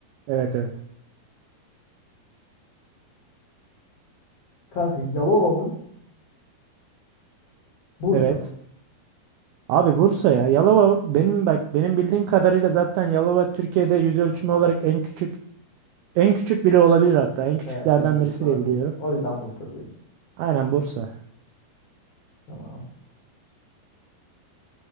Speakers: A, on the right; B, on the left.
A: Evet evet.
B: Kanka Yalova mı? Bursa.
A: Evet. Abi Bursa ya. Yalova benim bak benim bildiğim kadarıyla zaten Yalova Türkiye'de yüz ölçümü olarak en küçük en küçük bile olabilir hatta. En küçüklerden
B: Evet en küçük
A: birisi
B: olabilir.
A: de biliyorum.
B: O yüzden Bursa diyoruz.
A: Aynen Bursa.
B: Tamam.